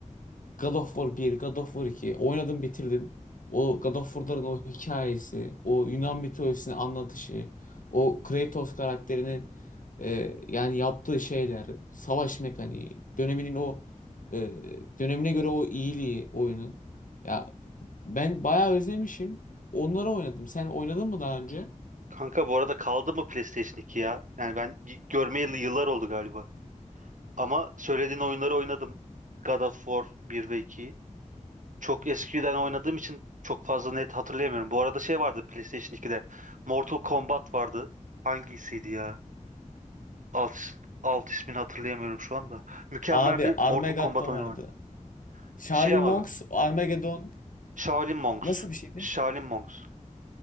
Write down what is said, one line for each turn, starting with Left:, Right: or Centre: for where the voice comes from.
Left: God of War 1, God of War 2 oynadım bitirdim. O God of War'ların o hikayesi, o Yunan mitolojisini anlatışı, o Kratos karakterinin e, yani yaptığı şeyler, savaş mekaniği, döneminin o e, dönemine göre o iyiliği oyunun. Ya ben bayağı özlemişim. Onları oynadım. Sen oynadın mı daha önce?
Right: Kanka bu arada kaldı mı PlayStation 2 ya? Yani ben y- görmeyeli yıllar oldu galiba. Ama söylediğin oyunları oynadım. God of War 1 ve 2'yi. çok eskiden oynadığım için çok fazla net hatırlayamıyorum. Bu arada şey vardı PlayStation 2'de. Mortal Kombat vardı. Hangisiydi ya? Alt, alt ismini hatırlayamıyorum şu anda. Mükemmel
Left: Abi
Right: bir
Left: Armageddon
Right: Mortal Kombat oyunu
Left: vardı.
Right: vardı.
Left: Charlie
Right: Şey ama
Left: Monks,
Right: be.
Left: Armageddon
Right: Shaolin Monks.
Left: nasıl bir şeydi?
Right: Shaolin Monks.